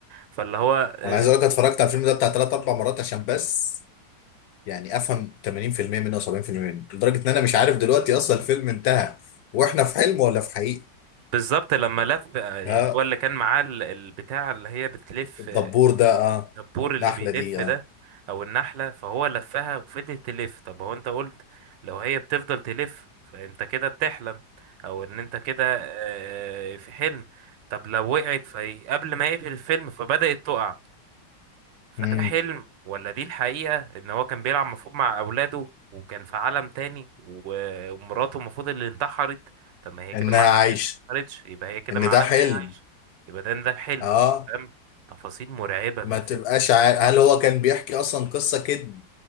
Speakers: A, on the right; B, on the left.
A: فاللي هو آه،
B: انا عايز اقول لك اتفرجت على الفيلم ده بتاع ثلاث اربع مرات عشان بس يعني افهم 80% منه او 70% منه لدرجه ان انا مش عارف دلوقتي اصلا الفيلم انتهى واحنا في حلم ولا في حقيقه
A: بالظبط لما لف آه، يعني
B: اه
A: هو اللي كان معاه ال- البتاع اللي هي بتلف
B: الدبور ده اه
A: الدبور اللي
B: النحله
A: بيلف
B: دي
A: ده
B: اه
A: او النحلة فهو لفها وفضلت تلف طب هو انت قلت لو هي بتفضل تلف فانت كده بتحلم او ان انت كده آه، في حلم طب لو وقعت فهي قبل ما يقفل الفيلم فبدأت تقع فده
B: امم
A: حلم ولا دي الحقيقة ان هو كان بيلعب مفروض مع اولاده وكان في عالم تاني و- ومراته المفروض اللي انتحرت طب ما هي
B: انها
A: كده معناها
B: عايشه
A: ان هي ما انتحرتش يبقى هي كده
B: ان
A: معناها
B: ده حلم
A: ان هي عايشة يبقى ده ده الحلم
B: اه
A: فاهم تفاصيل مرعبة
B: ما
A: في الفيلم
B: تبقاش عارف هل هو كان بيحكي اصلا قصه كده